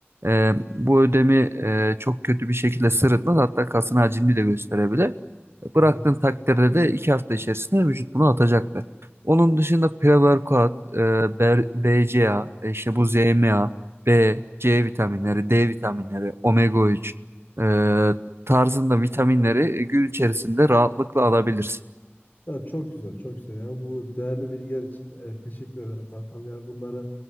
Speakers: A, on the right (about 70°); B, on the left (about 45°).
A: e, bu ödemi e, çok kötü bir şekilde sırıtmaz. Hatta kasın hacmini de gösterebilir.
B: Hı
A: Bıraktığın
B: hı.
A: takdirde de 2 hafta içerisinde vücut bunu atacaktır. Onun dışında pre-workout, e, BR- BCA, e, işte bu ZMA B, C vitaminleri, D vitaminleri, omega 3 e, tarzında vitaminleri gün içerisinde rahatlıkla alabilirsin.
B: Ya çok güzel, çok güzel. Yani bu değerli bilgiler için e, teşekkür ederim kankam. Yani bunları